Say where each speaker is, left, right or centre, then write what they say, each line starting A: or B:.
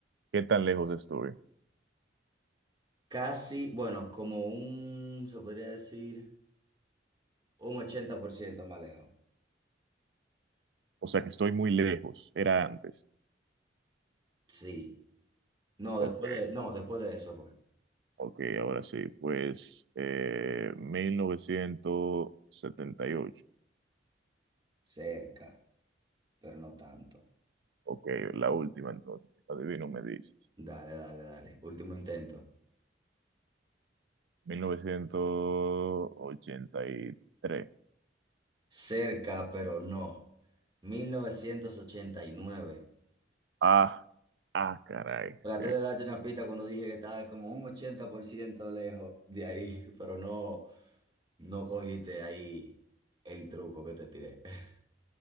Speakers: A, on the right; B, on the right.
A: ¿Qué tan lejos estoy?
B: Casi, bueno, como un, se podría decir, un 80% más lejos.
A: O sea que estoy muy lejos, era antes.
B: Sí. No,
A: Ok,
B: después de, no, después de eso fue.
A: ok, ahora sí, pues eh, 1978.
B: Cerca, pero no tanto.
A: Ok, la última entonces, si no adivino me dices.
B: Dale, dale, dale. Último intento.
A: mil novecientos ochenta y tres.
B: Cerca, pero no. mil novecientos ochenta y nueve
A: Ah, ah, caray,
B: Traté
A: sí.
B: de darte una pista cuando dije que estaba como un 80% lejos de ahí, <laughs> pero no, no cogiste ahí el truco que te tiré. <laughs>